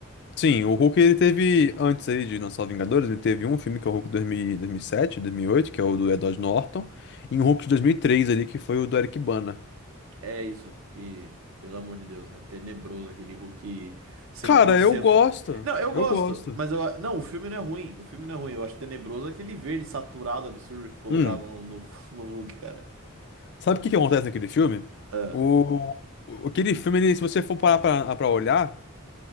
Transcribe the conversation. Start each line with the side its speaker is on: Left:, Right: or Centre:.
Left: Sim, o Hulk ele teve, antes aí de lançar os Vingadores, ele teve um filme que é o Hulk 2000, 2007, 2008, que é o do Edward Norton, e um Hulk de 2003 ali, que foi o do Eric Bana.
Right: É isso, que, pelo amor de Deus, né? Tenebroso aquele Hulk cem
Left: Cara,
Right: por cento.
Left: eu gosto,
Right: Não, eu gosto,
Left: eu gosto.
Right: mas eu. Não, o filme não é ruim. O filme não é ruim. Eu acho tenebroso aquele verde saturado absurdo que colocaram
Left: Hum,
Right: no, no, <laughs> no Hulk, cara.
Left: sabe o que que acontece naquele filme?
Right: Ah.
Left: O, o- aquele filme, ele, se você for parar pra, pra olhar,